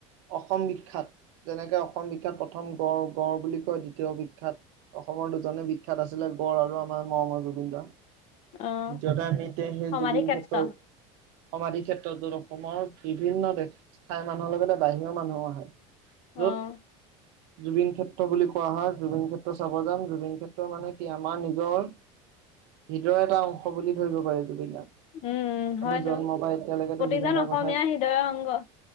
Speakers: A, on the right; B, on the left.
A: অসম বিখ্যাত যেনেকে অসম বিখ্যাত প্ৰথম গড় গড় বুলি কয় দ্বিতীয় বিখ্যাত অসমৰ দুজনে বিখ্যাত আছিলে গড় আৰু আমাৰ মৰমৰ জুবিনদা।
B: অ'।
A: দ্বিতীয়তে আমি এতিয়া সেই
B: সমাধি
A: জুবিন
B: ক্ষেত্ৰ
A: ক্ষেত্ৰত সমাধি ক্ষেত্ৰত ত অসমৰ বিভিন্ন দেশ থায় মানুহৰ লগতে বাহিৰৰ মানুহো আহে। য'ত
B: অহ।
A: জুবিন ক্ষেত্ৰ বুলি কোৱা হয় জুবিন ক্ষেত্ৰ চাব যাম জুবিন ক্ষেত্ৰ মানে কি আমাৰ নিজৰ হৃদয়ৰ এটা অংশ বুলি ধৰিব পাৰি। জুবিন দাক
B: উম,
A: আমি
B: হয়তো।
A: জন্ম পাই এতিয়ালৈকেতো
B: প্ৰতিজন
A: জুবিন দাৰ
B: অসমীয়া
A: কথাই
B: হৃদয়ৰ অংগ।